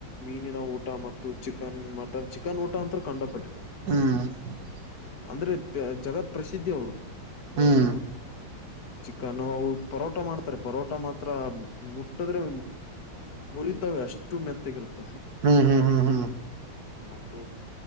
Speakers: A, on the left; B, on the right.
A: ಮೀನಿನ ಊಟ ಮತ್ತು ಚಿಕನ್ ಮಟನ್ ಚಿಕನ್ ಊಟ ಅಂತ ಕಂಡಪಟ್ಟಿ.
B: <inaudible>
A: ಅಂದ್ರೆ ಜಗತ್ ಪ್ರಸಿದ್ಧಿ ಅವ್ರದದು
B: ಹ್ಮ್
A: ಚಿಕ್ಕನ್ ಊಟ. ಚಿಕನ್ ಅ ಪರೋಟ ಮಾಡ್ತಾರೆ ಪರೋಟ ಮಾತ್ರ ಮುಟ್ಟಿದ್ರೆ ಮುರಿ. ಇರ್ತವೆ ಅಷ್ಟು ಮೆತ್ತಗೆ ಇರುತ್ತವೆ.
B: ಹ್ಮ್ ಹ್ಮ ಹ್ಮ ಹ್.
A: ಮತ್ತು